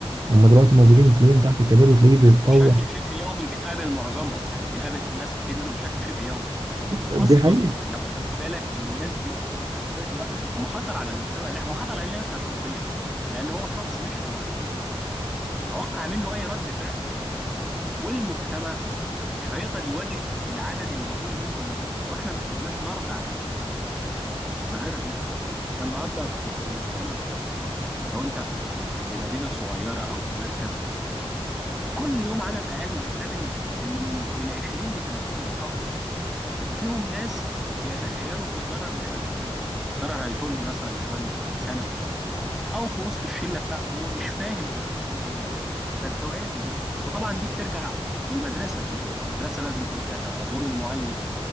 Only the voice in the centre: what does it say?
بشكل شبه يومي بنقابل معظمهم يعني بنقابل ناس كتير منهم بشكل شبه يومي واصلا
لو اخدت بالك ان الناس دي بعد شويه وقت هم خطر على المجتمع لا هم خطر علينا احنا شخصيا لان هو شخص مش في وعيه توقع منه اي رد فعل والمجتمع مش هيقدر يواجه العدد المهول منهم دول لو احنا ما قدرناش نردع ال- ال- ال- الظاهره دي احنا النهارده في في مجتمع لو انت في في مدينه صغيره او في مركز كل يوم على الاقل بتقابل من من 20 ل 30 شخص وفيهم ناس بيتخيلوا ان الضرر مش هيطولهم دلوقتي الضرر هيطولني مثلا كمان سنه ولا سنتين او في وسط الشله بتاعته هو مش فاهم هو ايه الطريق اللي هو رايح فيه فالتوعيه في البيت وطبعا دي بترجع المدرسه في البدايه المدرسه لازم يكون فيها توعيه دور المعلم